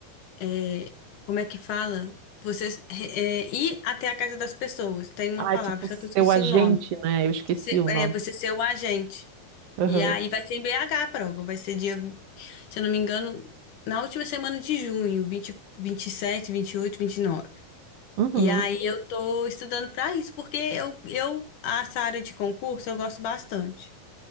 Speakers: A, on the left; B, on the right.
A: é, como é que fala? Você é, ir até a casa das pessoas. Tem uma
B: Ah,
A: palavra,
B: é tipo
A: só
B: seu
A: que eu esqueci
B: agente,
A: o nome.
B: né? Eu esqueci
A: Ser-
B: o
A: é,
B: nome.
A: você ser o agente.
B: Aham.
A: E aí vai ser em BH a prova, vai ser dia, se eu não me engano, na última semana de junho, vinte vinte vinte e e sete vinte e oito vinte e nove
B: Uhum.
A: e aí eu tô estudando para isso, porque eu, eu essa área de concurso eu gosto bastante.